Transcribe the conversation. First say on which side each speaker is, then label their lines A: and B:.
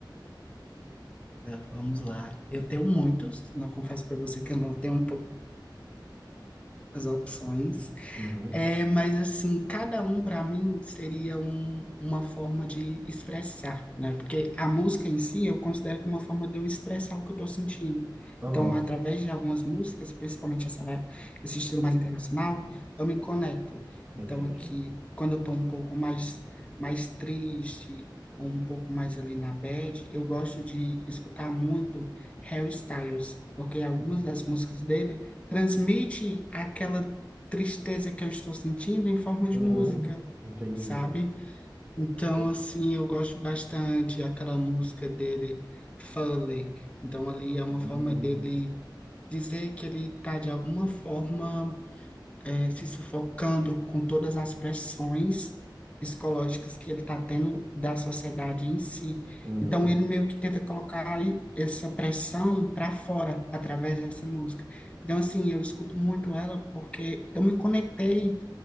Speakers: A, on the left (about 15°); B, on the right (about 20°).
A: Tá, vamos lá. Eu tenho muitos, não confesso para você que eu não tenho um pouco poucas opções,
B: Uhum.
A: É, mas assim, cada um para mim seria um- uma forma de expressar, né? Porque a música em si eu considero como uma forma de eu expressar o que eu estou sentindo.
B: Aham,
A: Então, através de algumas músicas, principalmente essa, né, esse estilo mais internacional, eu me conecto. Então,
B: entendi.
A: aqui, quando eu estou um pouco mais, mais triste, ou um pouco mais ali na bad, eu gosto de escutar muito Harry Styles, porque algumas
B: Hum.
A: das músicas dele transmite aquela tristeza que eu estou sentindo em forma de
B: Uhum,
A: música,
B: entendi.
A: sabe? Então, assim, eu gosto bastante aquela música dele, Foley. Então, ali é
B: Hum.
A: uma forma dele dizer que ele está, de alguma forma, eh, se sufocando com todas as pressões psicológicas que ele está tendo da sociedade em si.
B: Uhum.
A: Então, ele meio que tenta colocar aí essa pressão para fora através dessa música. Então, assim, eu escuto muito ela porque eu me conectei